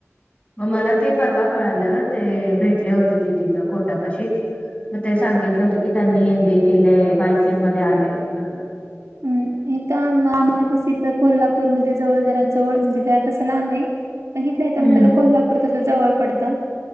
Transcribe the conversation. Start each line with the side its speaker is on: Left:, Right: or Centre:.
Left: म मला ते परवा कळालं ते भेटले होते ते तिथं कोर्टापाशीच मग ते सांगितलं होतं की त्यांनी एम बी ए केलंय बायसीएम मध्ये आलंय. <inaudible>
Right: हम् आम्हाला कस इ कोल्हापूरमध्ये जवळ ज जवळ म्हणजे ज तं लांब आहे. पण इथलं तर म्हणल
Left: हम्म
Right: तर कोल्हापूर तस जवळ पडतं.